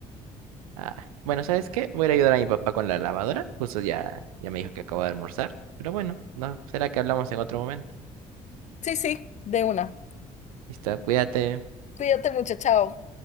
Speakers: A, on the right; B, on the left.
A: Ay, Bueno, ¿sabes qué? Voy a ir a ayudar a mi papá con la lavadora. Justo ya, ya me dijo que acabo de almorzar. Pero bueno, no, será que hablamos en otro momento.
B: Sí, sí, de una.
A: Listo, cuídate.
B: Cuídate mucho, chao.